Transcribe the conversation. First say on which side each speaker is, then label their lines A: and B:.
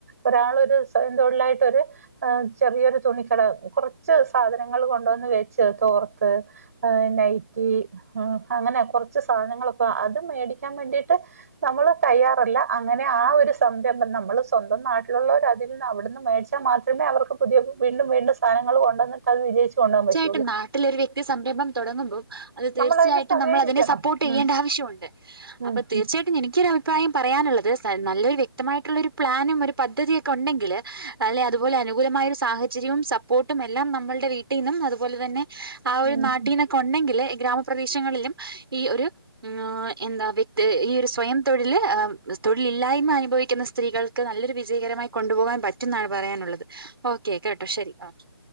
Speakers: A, on the right (about 35°); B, on the right (about 65°).
A: ഒരാളൊരു സ്വയം തൊഴിലായിട്ടൊരു ഏഹ് ചെറിയൊരു തുണിക്കട കുറച്ച് സാധനങ്ങൾ കൊണ്ടുവന്ന് വെച്ച് തോർത്ത് ഏഹ് നൈറ്റി അങ്ങനെ കുറച്ച് സാധനങ്ങളൊക്കെ അത് മേടിക്കാൻ മേണ്ടിട്ട് നമ്മള് തയ്യാറല്ല അങ്ങനെ ആ ഒരു സംരംഭം നമ്മള് സ്വന്തം നാട്ടിലുള്ളവര അതിൽ നിന്ന് അവിടുന്ന് മേടി ച്ചാൽ മാത്രമേ അവർക്ക് പുതിയ വീണ്ടും വീണ്ടും സാനങ്ങള് കൊണ്ടു വന്നിട്ടത് വിജയിച്ചു കൊണ്ടോവാൻ പറ്റൂ
B: ഇപ്പൊ നാട്ടിലൊരു വ്യക്തി സംരംഭം തുടങ്ങുമ്പം അത് തീർച്ചയായിട്ടും
A: നമ്മളതിന് സഹകരിക്കണം.
B: നമ്മൾ അതിനെ സപ്പോർട്ട് ചെയ്യേണ്ട
A: ഉം
B: ആവശ്യമുണ്ട്
A: ഉം
B: അപ്പൊ തീർച്ചയാ
A: ഉം
B: എനിക്കൊരഭിപ്രയം പറയാനുള്ളത് നല്ലൊരു വ്യക്തമായിട്ടുള്ളൊരു പ്ലാനും ഒരു പദ്ധതിയൊക്കെ ഉണ്ടെങ്കിൽ അല്ലെ അതുപോലെ അനുകൂലമായ ഒരു സാഹചര്യവും സപ്പോർട്ടും എല്ലാം നമ്മൾ വീട്ടിന്നും അതുപോലെ തന്നെ ആ ഒരു
A: ഉം
B: നാട്ടീന്നൊ
A: ഉം
B: കൊണ്ടെങ്കില് ഗ്രാമപ്രദേശങ്ങളിലും ഈ ഒരു ഉം എന്താ വ്യക്തി ഈ ഒരു സ്വയം തൊഴിൽ ഏഹ് തൊഴിലില്ലായ്മ അനുഭവിക്കുന്ന സ്ത്രീകൾ ക്ക് നല്ലൊരു വിജയകരമായി കൊണ്ടുപോകാൻ പറ്റും എന്നാണ് പറയാനുള്ളത് ഓക്കെ കേട്ടോ ശരി ഓക്കെ